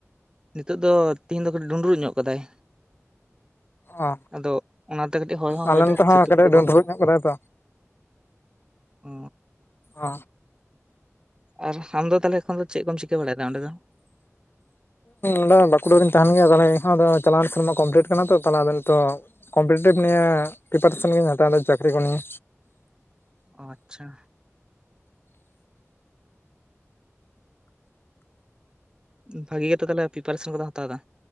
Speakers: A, on the right; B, on the left.
A: ᱱᱤᱛᱚᱜ ᱫᱚ ᱛᱮᱤᱦᱤᱧ ᱫᱚ ᱠᱟᱹᱴᱤᱡ ᱰᱩᱸᱰᱨᱩᱩᱜ ᱧᱚᱜ ᱠᱟᱫᱟᱭ᱾
B: ᱚ
A: ᱟᱫᱚ ᱚᱱᱟᱛᱮ ᱠᱟᱹᱴᱤᱡ ᱦᱚᱭ ᱦᱚᱸ
B: ᱟᱞᱮ
A: ᱦᱚᱭᱫᱟ
B: ᱱᱚᱛᱮ
A: ᱟᱨ
B: ᱦᱚᱸ
A: ᱥᱤᱛᱩᱝ
B: ᱠᱟᱹᱴᱤᱡ
A: ᱫᱚ
B: ᱰᱩᱸᱰᱨᱩᱩᱜ
A: ᱵᱟᱹᱱᱩᱜᱼᱟ
B: ᱧᱚᱜ ᱠᱟᱫᱟᱭ ᱛᱚ᱾
A: ᱚ
B: ᱚ
A: ᱟᱨ ᱟᱢᱫᱚ ᱛᱟᱦᱞᱮ ᱮᱠᱷᱚᱱ ᱫᱚ ᱪᱮᱫ ᱠᱚᱢ ᱪᱤᱠᱟᱹ ᱵᱟᱲᱟᱭ ᱫᱟ ᱚᱸᱰᱮ ᱫᱚ?
B: ᱱᱚᱰᱮ ᱵᱟᱸᱠᱩᱲᱟᱤᱧ ᱛᱟᱦᱮᱱ ᱜᱮᱭᱟ ᱛᱟᱦᱞᱮ ᱤᱧ ᱦᱚᱸ ᱟᱫᱚ ᱪᱟᱞᱟᱣ ᱮᱱ ᱥᱮᱨᱢᱟ ᱠᱚᱢᱯᱞᱤᱴ ᱠᱟᱱᱟ ᱛᱚ ᱛᱟᱦᱞᱮ ᱟᱫᱚ ᱱᱤᱛᱚᱜ ᱠᱚᱢᱯᱞᱤᱴ <unintelligible> ᱱᱤᱭᱟᱹ ᱯᱨᱤᱯᱟᱨᱮᱥᱚᱱ ᱜᱤᱧ ᱦᱟᱛᱟᱣᱫᱟ ᱪᱟᱹᱠᱨᱤ ᱠᱚ ᱱᱤᱭᱮ
A: ᱚ ᱟᱪᱪᱷᱟ ᱵᱷᱟᱜᱤ ᱜᱮᱛᱚ ᱛᱟᱦᱚᱞᱮ ᱯᱨᱤᱯᱟᱨᱮᱥᱚᱱ ᱠᱚᱫᱚ ᱦᱟᱛᱟᱣ ᱮᱫᱟ?